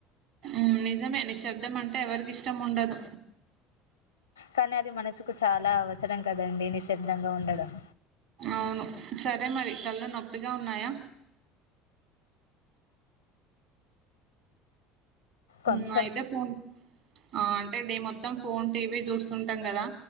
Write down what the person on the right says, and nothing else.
మ్ నిజమే నిశ్శబ్దం అంటే ఎవరికిష్టం ఉండదు
అవును సరే మరి కళ్ళు నొప్పిగా ఉన్నాయా
మ్ అయితే ఫోన్ ఆ అంటే డే మొత్తం ఫోన్ టీవీ జూసుంటాం గదా